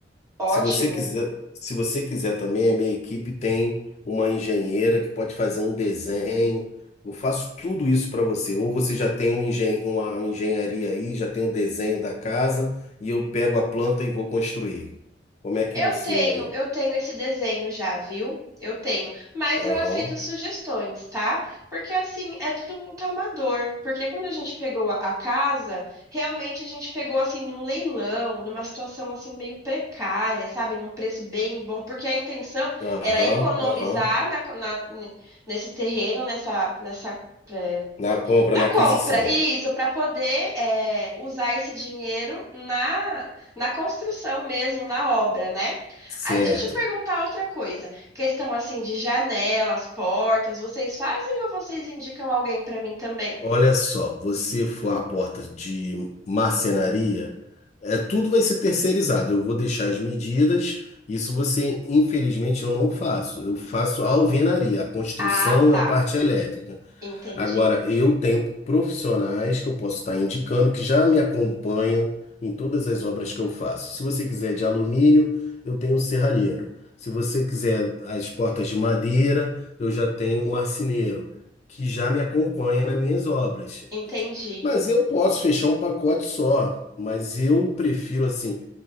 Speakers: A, on the right; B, on the left.
A: Ótimo.
B: Se você quiser, se você quiser também, a minha equipe tem uma engenheira que pode fazer um desenho. Eu faço tudo isso para você. Ou você já tem um engen uma engenharia aí, já tem o desenho da casa, e eu pego a planta e vou construir. Como é que
A: Eu
B: você
A: tenho, eu tenho esse desenho já, viu? Eu tenho, mas eu
B: Aham,
A: aceito sugestões, tá? Porque assim, é tudo muito amador. Porque quando a gente pegou a a casa, realmente a gente pegou assim num leilão, numa situação assim meio precária, sabe? Num preço bem bom, porque a intenção
B: aham,
A: era economizar
B: aham.
A: na co- na- n- nesse terreno, nessa, nessa eh,
B: Na compra,
A: na
B: na
A: compra,
B: aquisição.
A: isso, para poder é, usar esse dinheiro na, na construção mesmo, na obra, né?
B: Certo.
A: Aí deixa eu te perguntar outra coisa. Questão assim de janelas, portas, vocês fazem ou vocês indicam alguém para mim também?
B: Olha só, você for à porta de marcenaria, é, tudo vai ser terceirizado. Eu vou deixar as medidas. Isso você, infelizmente, eu não faço. Eu faço a alvenaria, a construção,
A: Ah, tá.
B: a parte elétrica.
A: Entendi.
B: Agora, eu tenho profissionais que eu posso estar indicando que já me acompanham em todas as obras que eu faço. Se você quiser de alumínio, eu tenho o serralheiro. Se você quiser as portas de madeira, eu já tenho o marceneiro, que já me acompanha nas minhas obras.
A: Entendi.
B: Mas eu posso fechar um pacote só, mas eu prefiro assim.